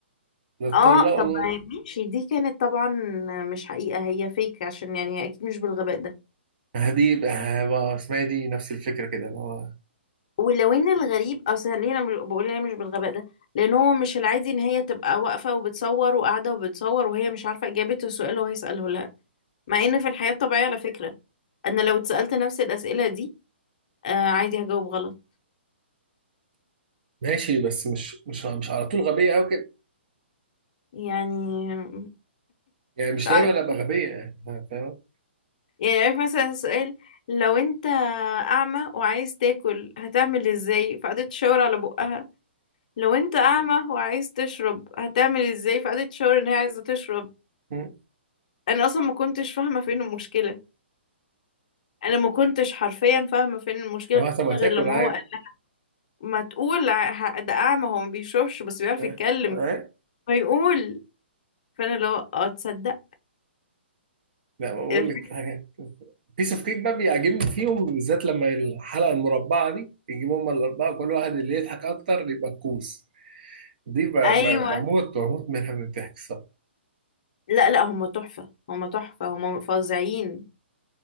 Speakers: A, on the right; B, on the left.
A: اللي اتطلقوا
B: اه طب
A: دول
B: ما هي ماشي دي كانت طبعا مش حقيقة هي فيك عشان يعني هي أكيد مش بالغباء ده
A: دي بقى بقى اسمها إيه دي نفس الفكره كده اللي هو
B: ولو ان الغريب اصلا ليه انا مش- بقول انا مش بالغباء ده لان هو مش العادي ان هي تبقى واقفه وبتصور وقاعده وبتصور وهي مش عارفه اجابه السؤال اللي هو هيساله لها مع ان في الحياه الطبيعيه على فكره انا لو اتسالت نفس الاسئله دي آه عادي هجاوب غلط
A: ماشي بس مش مش مش على طول غبيه قوي كده
B: يعني
A: يعني مش
B: مش عارف
A: دايما ابقى غبيه يعني فاهم
B: يعني عارف مثلا سؤال لو انت اعمى وعايز تاكل هتعمل ازاي فقعدت تشاور على بقها لو انت اعمى وعايز تشرب هتعمل ازاي فقعدت تشاور ان هي عايزه تشرب
A: مم.
B: انا اصلا ما كنتش فاهمه فين المشكله انا ما كنتش حرفيا فاهمه فين المشكله
A: هو طب ما
B: غير
A: تاكل
B: لما
A: عادي
B: هو قال ما تقول ع- ه- ده اعمى هو ما بيشوفش بس بيعرف
A: آه،
B: يتكلم
A: آه.
B: فيقول فانا لو اه تصدق
A: لا بقول
B: <laughs>
A: لك في حاجات بيس اوف كيك بقى بيعجبني فيهم بالذات لما الحلقه المربعه دي يجيبوا هم الاربعه كل واحد اللي يضحك اكتر يبقى الكوس دي ب- ب-
B: ايوه
A: بموت بموت منها من الضحك الصراحه
B: لا لا هم تحفه هم تحفه هم فظيعين